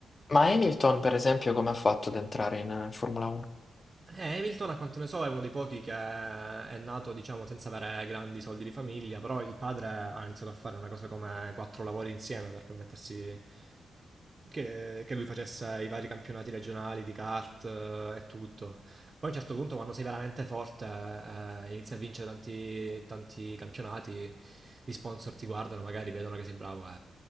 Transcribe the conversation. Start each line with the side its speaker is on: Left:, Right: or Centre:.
Left: Ma Hamilton, per esempio, come ha fatto ad entrare in eh, Formula 1?
Right: Eh, Hamilton, a quanto ne so, è uno dei pochi che è nato, diciamo, senza avere grandi soldi di famiglia, però il padre ha iniziato a fare una cosa come quattro lavori insieme per permettersi che, che lui facesse i vari campionati regionali di kart eh, e tutto. Poi a un certo punto, quando sei veramente forte, eh, inizi a vincere tanti, tanti campionati, gli sponsor ti guardano, magari vedono che sei bravo e,